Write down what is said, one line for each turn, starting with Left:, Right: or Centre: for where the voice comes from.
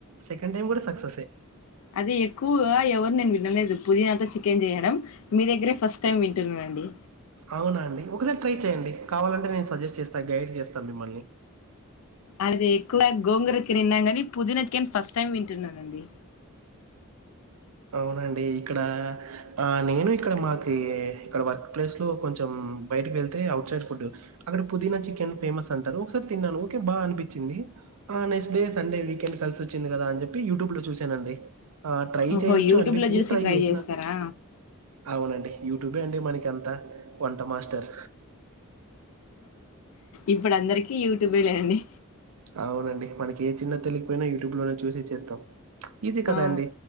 Right: సెకండ్ టైమ్ కూడా సక్సెసే
Left: అదీ ఎక్కువగా ఎవరు నేన్ వినలేదు పుదీనాతో చికెన్ చేయడం మీ దగ్గరే ఫస్ట్ టైమ్ వింటున్నానండి
Right: అవునా అండి ఒకసారి ట్రై చెయండి కావాలంటే నేను సజెస్ట్ చేస్తాను గైడ్ చేస్తాను మిమ్మల్ని
Left: అది ఎక్కువ గోంగుర కెన్ ఇన్నిన్ కానీ పుదిన కెన్ ఫస్ట్ టైం వింటున్నానండి
Right: అవునండి ఇక్కడ ఆ నేను ఇక్కడ మాకీ ఇక్కడ వర్క్ ప్లేస్ లో కొంచం మ్ బయటకి వెళ్తే ఔట్ సైడ్ ఫుడ్ అక్కడ పుదీనా చికెన్ ఫేమస్ అంటారు ఒకసారి తిన్నాను ఓకే బాగా అనిపిచ్చింది ఆ నెక్స్ట్ డే సండే వీకెండ్ కలిసి వచ్చింది కదా అని చెప్పి యూట్యూబ్ లో చూశానండి ఆ ట్రై
Left: ఓహో
Right: ఎచ్చు
Left: యూట్యూబ్
Right: అనిపిచింది
Left: లో చూసి
Right: ట్రై చేసిన
Left: చేస్తారా
Right: అవునండి యూట్యూబే అండి మనకి అంత వంట మాస్టర్
Left: ఇప్పుడు అందరికి యూట్యూబే లేవండి
Right: అవునండి మనకి ఏ చిన్న తెలికపోయినా యూట్యూబ్ లోనే చూసి చేస్తాం ఈజీ కదా
Left: ఆ
Right: అండి